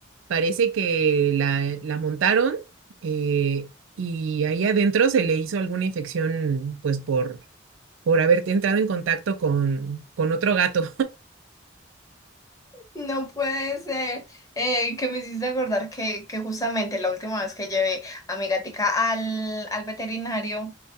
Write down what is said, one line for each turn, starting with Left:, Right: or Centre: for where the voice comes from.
Right: parece que la, la montaron eh, y ahí adentro se le hizo alguna infección, pues por, por haber entrado en contacto con, con otro gato.
Left: No puede ser, eh, que me hiciste acordar que, que justamente la última vez que llevé a mi gatica al, al veterinario